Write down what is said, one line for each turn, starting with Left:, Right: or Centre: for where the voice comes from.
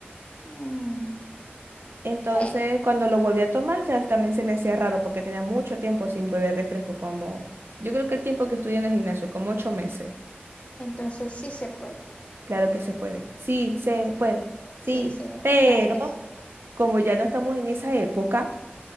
Left: Mm,
Right: Entonces,
Left: sí,
Right: cuando lo volví a tomar, ya también se me hacía raro porque tenía mucho tiempo sin beber refresco, como yo creo que el tiempo que estudié en el gimnasio, como ocho meses.
Left: entonces sí se puede.
Right: Claro que se puede. Sí, se puede. Sí,
Left: Sí, sí,
Right: pero
Left: claro que sí.
Right: como ya no estamos en esa época,